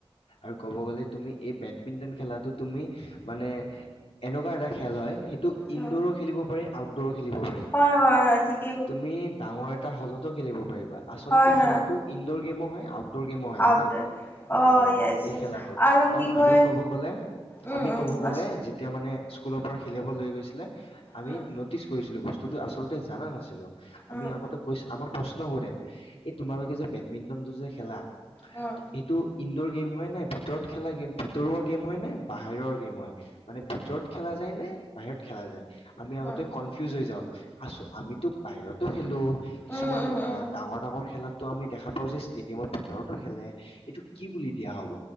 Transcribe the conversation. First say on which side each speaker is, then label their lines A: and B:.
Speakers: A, on the left; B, on the left.
A: আৰু ক'ব গ'লে তুমি এই বেডমিণ্টন খেলাটো তুমি মানে এনেকুৱা এটা খেল হয়, সেইটো
B: উম
A: ইনডৰো খেলিব পাৰি আউটডৰো খেলিব পাৰি।
B: হয় হয় হয় ঠিক
A: তুমি ডাঙৰ এটা হলতো খেলিব পাৰিবা, আচলতে
B: হয় হয়
A: খেলাতো ইনডৰ গেমো হয় আউ তডৰ গেমো হয়
B: আউট
A: জানা, অ',
B: য়েছ
A: এই
B: য়েছ
A: খেলাটো,
B: আৰু
A: কাৰণ
B: কি কয়
A: আমি কব গ'লে
B: উম
A: আমি
B: উম
A: ক'ব
B: কোৱাচোন
A: গ'লে যেতিয়া মানে, স্কুলৰ পৰা খেলাব লৈ গৈছিলে, আমি
B: উম
A: নটিচ কৰিছিলোঁ বস্তুটো আচলতে জানা নাছিলো,
B: উম
A: আমি আগতে কৈছো, আমাক প্ৰশ্ন সোধে। এই তোমালোকে যে বেডমিণ্টন টো যে খেলা।
B: উম
A: এইটো ইনডোৰ গেম হয় নে, ভিতৰত খেলা গেম, ভিতৰুৱা গেম হয় নে, বাহিৰৰ গেম হয়? মানে ভিতৰত খেলা যায় নে, বাহিৰত খেলা যায়? আমি আগতে
B: উম
A: কনফিউজ হৈ যাও, আছো, আমিতো বাহিৰত টো খেলোঁ, কিছুমান
B: উম উম উম
A: ডাঙৰ-ডাঙৰ খেলাত টো, আমি দেখা পাওঁ, যে, ষ্টেডিয়ামৰ ভিতৰতো খেলে, এইটো কি বুলি দিয়া হ'ব?